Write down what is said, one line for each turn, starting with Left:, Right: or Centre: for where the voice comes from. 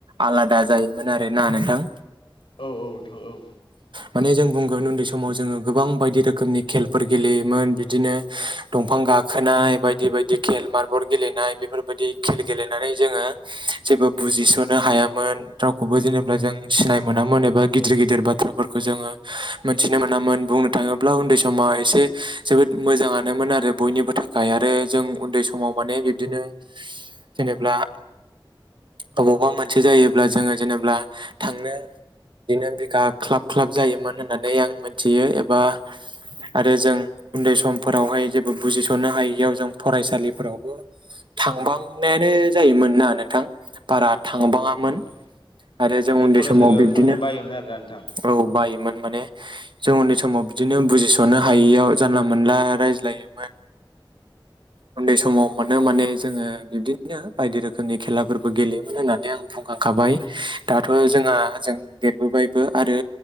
Right: आलादा जायोमोन आरोना नोथां।
Left: औ औ थां औ।
Right: माने जों बुंगोन उन्दै समाव जोङो गोबां बायदि रोखोमनि खेलफोर गेलेयोमोन बिदिनो दंफां गाखोनाय बायदि बायदि खेल मारबल गेलेनाय बेफोरबायदि खेल गेलेनानै जोङो जे बो बुजिस'नो हायामोन रावखौबो जेनेबा जों सिनाय मोनामोन एबा गिदिर गिदिर बाथ थ्राफोरखौ जोङो मोनथिनो मोनामोन बुंनो थाङोब्ला उन्दै समाव एसे जोबोद मोजाङानो मोन आरो बयनिबो थाखाय आरो जों उन्दै समाव माने बिबदिनो जेनेब्ला अबावबा मोनसे जायोब्ला जोङो जेनेब्ला थांनो दिनो <unintelligible> ख्लाब ख्लाब जायोमोन होननानै आं मिथियो एबा आरो जों उन्दै समफोरावहाय जेबो बुजिस'नो हायैयाव जों फरायसालिफोरावबो थांबांनायानो जायोमोन ना नोंथां? बारा थांबाङामोन
Left: औ नोंथां औ
Right: आरो
Left: माने
Right: जों उन्दै
Left: फरायसालियाव
Right: समाव बिब्दिनो
Left: थांनो बायोमोन आरोना नोंथां
Right: औ बायोमोन माने जों उन्दै सम समाव बिदिनो बुजिस'नो हायैयाव जानला मोनला रायज्लायोमोन
Left: <inaudible>
Right: उन्दै समाव मोनो माने जोङो बिब्दिनो बायदि रोखोमनि खेलाफोरबो गेलेयोमोन होननानै आं बुंखां खाबाय दाथ' जोंहा जों देरबोबाय बो आरो